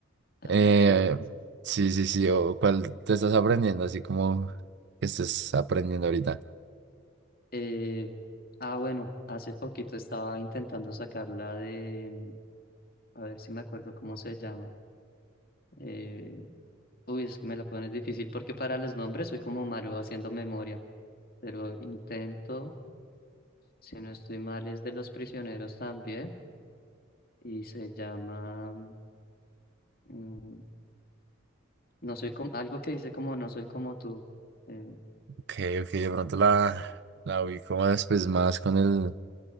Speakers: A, on the left (about 45°); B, on the right (about 55°).
A: Ah,
B: Eh,
A: chévere, esas.
B: sí, sí, sí. O, ¿cuál te estás aprendiendo? Así como que estés aprendiendo ahorita.
A: Eh, ah, bueno, hace poquito estaba intentando sacar la de. A ver si me acuerdo cómo se llama. Eh, uy, es que me la pones difícil porque para los nombres soy como malo haciendo memoria, pero intento, si no estoy mal, es de los prisioneros también y se llama, mm, no soy como, algo que dice como no soy como tú, eh,
B: Ok, ok, de pronto la, la ubico más, después más con el.